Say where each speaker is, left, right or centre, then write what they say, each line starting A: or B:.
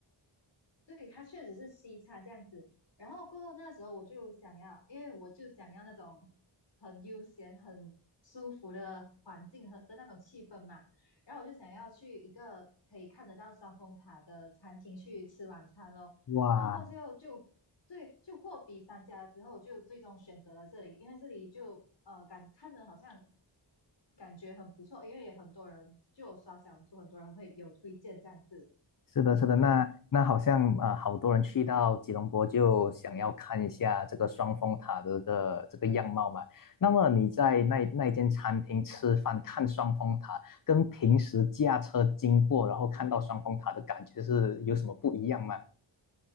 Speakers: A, on the left (about 60°); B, on the left (about 45°).
A: 对，它确实是西餐这样子。然后过后那时候我就想要，因为我就想要那种很悠闲、很舒服的环境和的那种气氛嘛。然后我就想要去一个可以看得到双峰塔的餐厅去吃晚餐咯。
B: 哇，
A: 然后到最后就对，就货比三家之后，就最终选择了这里，因为这里就呃感看着好像感觉很不错，因为也很多人就有刷小红书，很多人会有推荐这样子。
B: 是的，是的，
A: 对，
B: 那那好像啊、呃好多人去到吉隆坡就想要看一下这个双峰塔的这个这个样貌嘛。那么你在那那间餐厅吃饭看双峰塔，跟平时驾车经过然后看到双峰塔的感觉是有什么不一样吗？